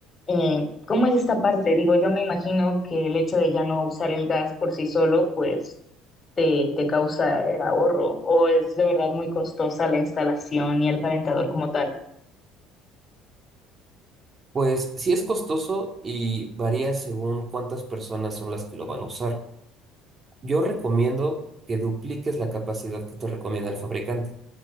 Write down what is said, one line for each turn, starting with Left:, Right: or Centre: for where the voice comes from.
Left: eh, ¿cómo es esta parte? Digo, yo me imagino que el hecho de ya no usar el gas por sí solo, pues te, te causa el ahorro, o es de verdad muy costosa la instalación y el calentador como tal.
Right: Pues sí es costoso y varía según cuántas personas son las que lo van a usar. Yo recomiendo que dupliques la capacidad que te recomienda el fabricante.